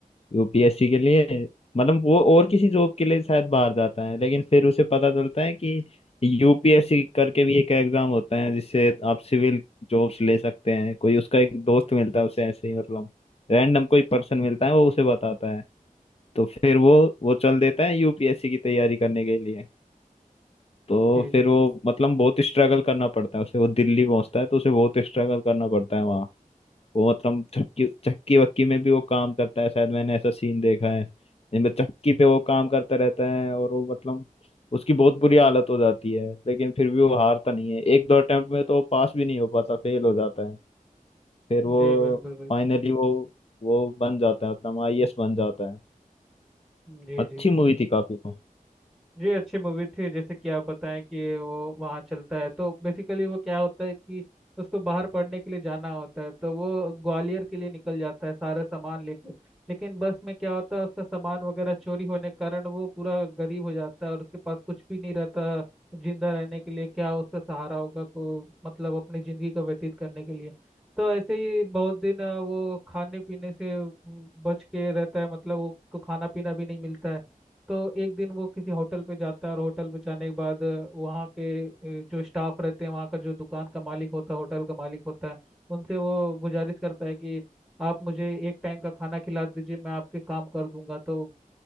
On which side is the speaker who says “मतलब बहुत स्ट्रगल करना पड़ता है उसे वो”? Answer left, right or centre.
Left